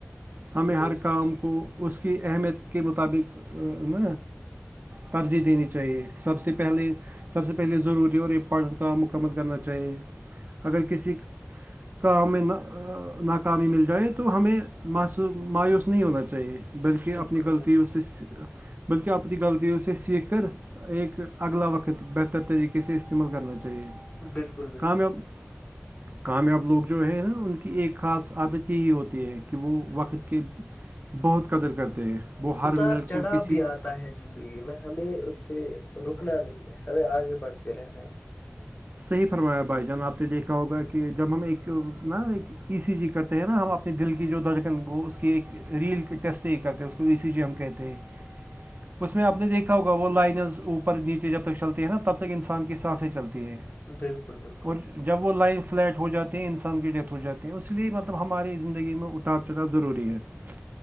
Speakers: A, on the right (about 45°); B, on the left (about 35°).
A: ہمیں
B: بالکل بالکل بالکل
A: ہر کام کو اس کی اہمیت کے مطابق ن ترجیح دینی چاہیے سب سے پہلے سب سے پہلے ضروری اور امپورٹنٹ کام مکمل کرنا چاہیے اگر کسی کام میں ناکامی مل جائے تو ہمیں مایوس نہیں ہونا چاہیے بلکہ
B: بالکل
A: اپنی غلطی
B: بالکل
A: اس سے بلکہ اپپنی غطی اس سیکھ کر ایک اگلا وقت بہتر طریقے سے استعمال کرنا چاہیے
B: بالکل بالکل
A: کامیاب کامیاب لوگ جو ہیں نا ان کی ایک خاص عادت یہی ہوتی ہے کہ وہ وقت کی بہت قدر کرتے ہیں وہ ہر
B: اتار
A: منٹ
B: چڑھا
A: کو کسی
B: بھی آتا ہے زندگی میں ہمیں اس سے رکنا نہیں ہے ہمیں آگے بڑھتے رہنا ہے
A: صحیح فرمایا بھائی جان آپ نے دیکھا ہوگا کہ جب ہم ایک نا ایک اسی جیز کرتے ہیں نا ہم اپنی دل کی جو دھڑکن اس کی ایک ریل ٹیسٹ ہی کرتے ہیں اس کو وی سی جی ہم کہتے ہیں اس میں آ نے دیکھا ہوگا وہ لائنز اوپر نیچے جب تک چلتی ہیں نا تب ایک انسان کی سانس ہی چلتی ہے
B: بالکل بالکل
A: اور جب وہ لائن فلیٹ ہو جاتی ہیں انسان کی ڈیتھ ہو جاتی ہیں اس لیے مطلب ہماراری زندگی میں اٹتار چڑنا ضروری ہے ج